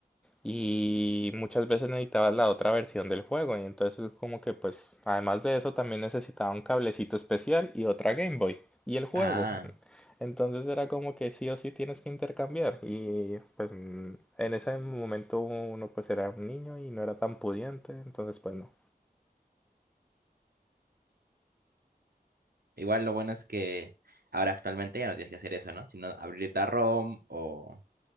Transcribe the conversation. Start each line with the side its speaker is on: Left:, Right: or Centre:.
Centre: y muchas veces necesitaba la otra versión del juego y entonces como que pues además de eso también necesitaba un cablecito especial y otra Game Boy y el juego.
Right: Ah,
Centre: Entonces era como que sí o sí tienes que intercambiar y pues mm, en ese momento uno pues era un niño y no era tan pudiente, entonces pues no.
Right: igual lo bueno es que ahora actualmente ya no tienes que hacer eso, ¿no? Sino abrirte a ROM o,